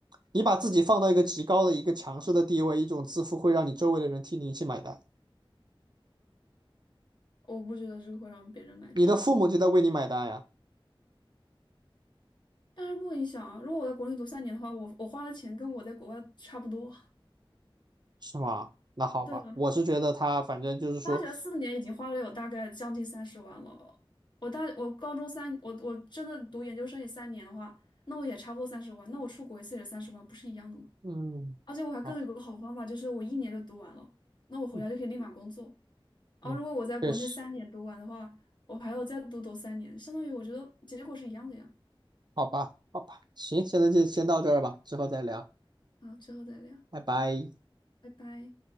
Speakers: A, on the right; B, on the left.
A: 你把自己放到一个极高的一个强势的地位，一种自负会让你周围的人替你一起买单，
B: 我不觉得这个会让别人买单。
A: 你的父母就在为你买单呀，
B: 但是不影响啊！如果我在国内读三年的话，我我花的钱跟我在国外差不多。<laughs>
A: 是吗？那好吧，
B: 对啊，
A: 我是觉得他反正就是说，
B: 大学四年已经花了有大概将近三十万了。我大我高中三，我我真的读研究生也三年的话，那我也差不多三十万。那我出国一次也是三十万，不是一样的吗？
A: 嗯，
B: 而且我还更有个好方法，
A: 好，
B: 就是我一年就读完了，那我回来就可以立马工作。
A: 嗯
B: 而如果我在国内三年读完的话，
A: 嗯，确实，
B: 我还要再读读三年，相当于我觉得结果是一样的呀。
A: 好吧，好吧，行，现在就先到这儿吧，之后再聊。
B: 啊，之后再聊，
A: 拜拜。
B: 拜拜。